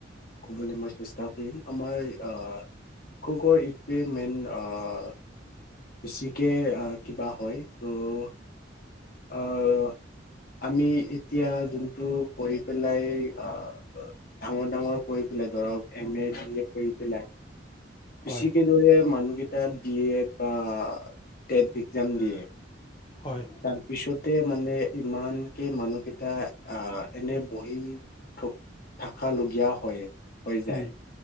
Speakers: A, on the left; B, on the left.
A: ক'বলৈ মই চেষ্টা কৰিম আমাৰ <unintelligible> মেইন অ' বেছিকে আহ কিবা হয় ত' আহ। আমি এতিয়া যোনটো কৰি পেলাই আহ ডাঙৰ ডাঙৰ কৰি। ধৰক এম এ বিএ কৰি পেলাই কৃষিক
B: হয়
A: দৰে মানুহ তাত বি এড বা টেট এক্সাম দিয়ে।
B: হয়
A: তাৰপিছতে, মানে ইমান মানুহকেইটা আহ এনে বহি থ থকা লগীয়া হয়। হৈ যায়,
B: উম